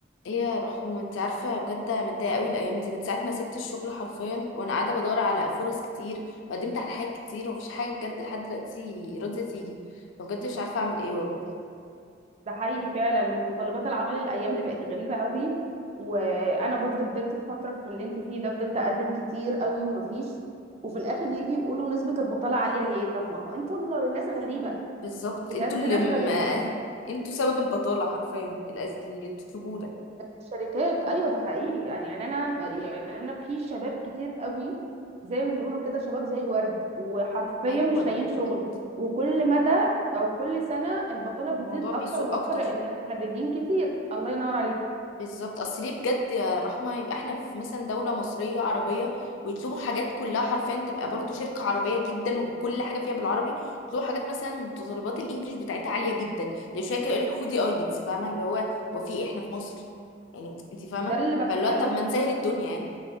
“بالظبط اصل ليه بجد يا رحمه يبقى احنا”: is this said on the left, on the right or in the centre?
Left